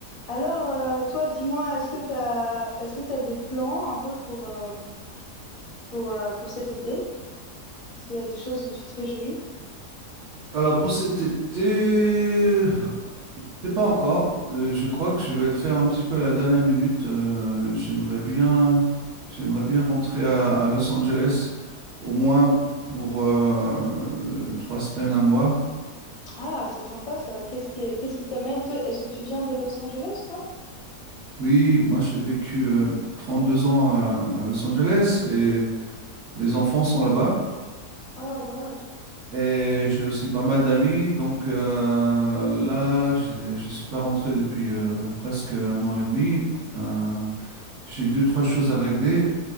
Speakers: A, on the left; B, on the right.
A: Alors, euh, toi, dis-moi, est-ce que t'as, est-ce que t'as des plans un peu pour, euh, pour, euh, pour cet été? Est-ce qu'il y a des choses dont tu te réjouis?
B: Alors pour cet été, c'est pas encore. Euh, je crois que je vais le faire un petit peu à la dernière minute. Euh, j'aimerais bien, j'aimerais bien rentrer à, à Los Angeles au moins pour euh, trois semaines, un mois.
A: Ah, c'est sympa ça. Qu'est-ce qui, est- qu'est-ce qui t'amène? Toi, est-ce que tu viens de Los Angeles, toi?
B: Oui, moi j'ai vécu euh, 32 ans à, à Los Angeles et mes enfants sont là-bas.
A: Ah, waouh.
B: Et j'ai aussi pas mal d'amis, donc euh, là, je ne suis pas rentré depuis euh, presque un an et demi. Euh, J'ai deux, trois choses à régler